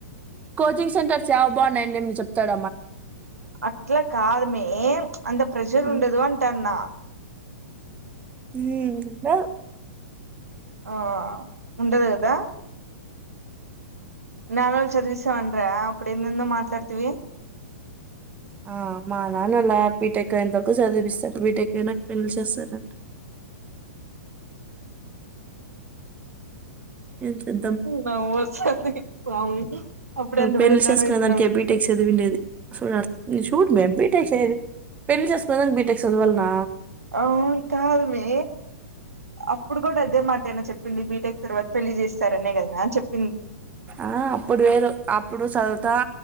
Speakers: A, on the right; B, on the right.
A: కోచింగ్ సెంటర్స్ యావి బాగున్నాయ్ అనేది చెప్తాడ
B: అట్లా కాదు మే అంత ప్రెజర్
A: ఉమ్
B: ఉండదు అంటాన్న
A: ఉమ్ ఇంకా
B: ఆ ఉండదు కదా ననాలు చదివేసా అంట అప్పుడు ఏందో ఏందో మాట్లాడతవి
A: ఆ మా నాన్న అలా బీటెక్కయినంత వరకు చదివిస్తారు బీటెక్క అయినాక పెళ్ళి చేస్తారంట ఏం చేద్దాం
B: నవ్వు వస్తాంది స్వామి అప్పుడే అంత
A: పెండ్లి
B: పెద్ద దానివి
A: చేసుకునే
B: అయిపోయినావు
A: దానికి
B: నువ్వు
A: బీటెక్స్ చదివిండేది అసో చూడు మేము బీటెక్స్ <unintelligible> పెళ్లి చేసుకునేదానికి బీటెక్ చదువాలనా
B: హా కాదుమీ అప్పుడు కూడా ఇదే మాటేనా చెప్పింది బీటెక్ తరువాత్ పెళ్ళి చేస్తారనే కదా చెప్
A: ఆ అప్పుడు వేరు అప్పుడు సాధుతా